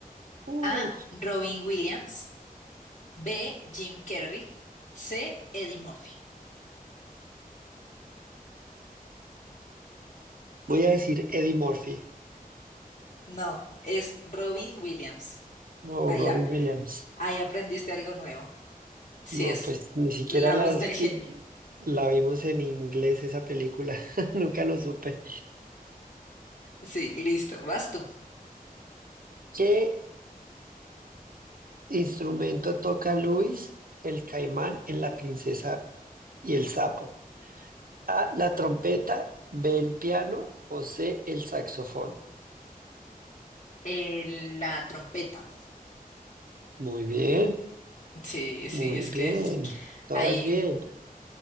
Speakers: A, on the right; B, on the left.
A: Uh,
B: A. Robin Williams. B. Jim Carrey. C. Eddie Murphy.
A: Voy a decir Eddie Murphy
B: No, es Robin Williams.
A: o
B: Ahí,
A: Robin
B: a-
A: Williams.
B: ahí aprendiste algo nuevo. Sí,
A: No,
B: es
A: pues ni siquiera
B: la
A: la,
B: voz
A: es-
B: del genio.
A: la vimos en inglés esa película. <laughs> Nunca lo supe.
B: Sí, listo, vas tú.
A: ¿Qué instrumento toca Luis, el caimán en La princesa y el sapo? A, la trompeta, B, el piano o C, el saxofón.
B: Eh, la trompeta.
A: Muy bien,
B: Sí, sí,
A: muy
B: es
A: bien.
B: que
A: Todas
B: ahí,
A: bien.